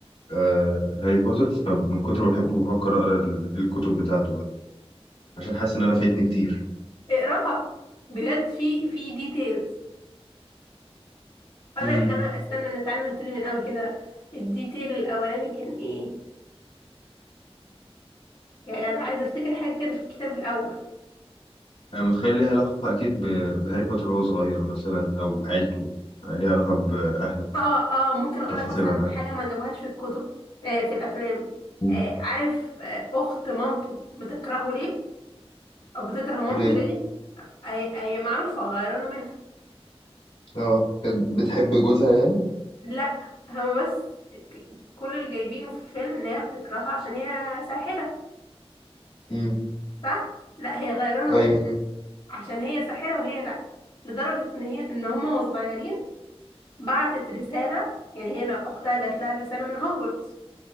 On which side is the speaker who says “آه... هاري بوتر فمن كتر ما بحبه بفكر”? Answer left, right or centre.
Left